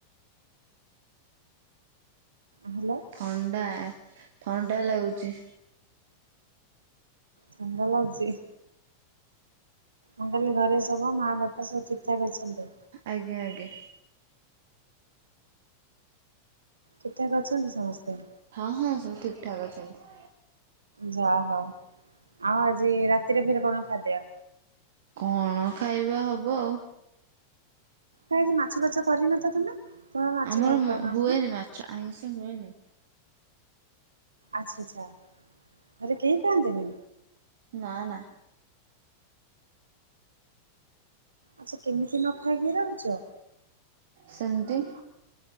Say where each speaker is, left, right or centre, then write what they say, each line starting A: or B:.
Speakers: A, on the right; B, on the right.
A: ହ୍ୟାଲୋ।
B: ଥଣ୍ଡା ଥଣ୍ଡା ଲାଗୁଛି।
A: ଥଣ୍ଡା ଲାଗଛି? ଅ କାଲି ଘରେ ସବୁ ମାଆ ବାପା ସବୁ ଠିକ୍ଠାକ୍ ଅଛନ୍ତି।
B: ଆଜ୍ଞା ଆଜ୍ଞା।
A: କେତେକ ଅଛନ୍ତି ସମସ୍ତେ।
B: ହଁ ହଁ ସବୁ ଠିକ୍ ଠାକ୍ ଅଛନ୍ତି।
A: ଯା ହଉ ଆଉ ଆଜି ରାତିରେ ଫେର କଣ ଖାଦ୍ୟ?
B: କଣ ଖାଇବା ହେବ ଆଉ।
A: କାଇି ମାଛ ବାଛ କରିନ ତ ତମେ? ତମେ ମାଛ
B: ଆମର
A: ଭଲ ପାଉନା
B: ହୁଏନି
A: କଣ?
B: ମାଛ ଆଇିଷ ହୁଏନି।
A: ଆଚ୍ଛା ଆଚ୍ଛା ଘରେ କେହି ଖନ୍ତିନି।
B: ନା ନା।
A: ଆଚ୍ଛା କେମିତି ନ ଖାଇକି ରହୁଛ?
B: ସେମତି।